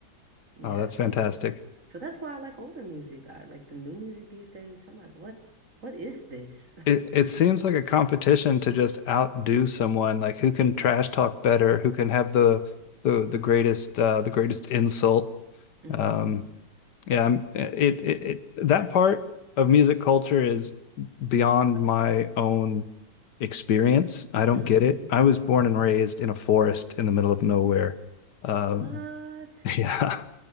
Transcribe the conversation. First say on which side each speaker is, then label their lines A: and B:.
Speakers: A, on the right; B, on the left.
A: Yeah,
B: Oh, that's
A: so
B: fantastic.
A: so that's why I like older music. I like the new music these days. I'm like, what what is this?
B: It it seems like a competition to just outdo someone, like who can trash talk better, who can have the the the greatest uh the greatest insult.
A: <laughs> hmm
B: Um yeah, I'm, it, it it that part of music culture is beyond my own experience. I don't
A: hmm
B: get it. I was born and raised in a forest in the middle of nowhere. Um
A: What?
B: <laughs> yeah.